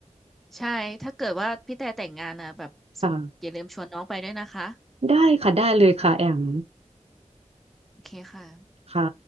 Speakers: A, in the centre; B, on the right.
A: ใช่ถ้าเกิดว่าพี่แต่แต่งงานนะแบบส่งอย่าลืมชวนน้องไปด้วยนะคะ
B: ำค่ะได้ค่ะได้เลยค่ะแอม
A: โอเคค่ะ
B: ค่ะ